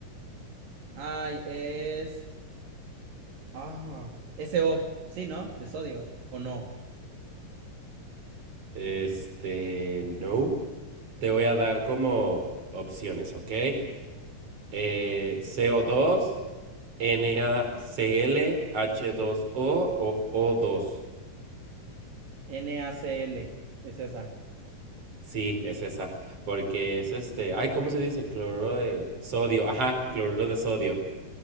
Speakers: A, on the right (about 80°); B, on the right (about 45°).
A: Ay, es... Ah, SO. Sí, ¿no? De sodio. ¿O no?
B: Este, no. Te voy a dar como opciones, ¿ok? Eh, co dos NaClH2O o O2.
A: NaCl. Es esa.
B: Sí, es esa. Porque es este. Ay, ¿cómo se dice? Cloruro de sodio. Ajá, cloruro de sodio.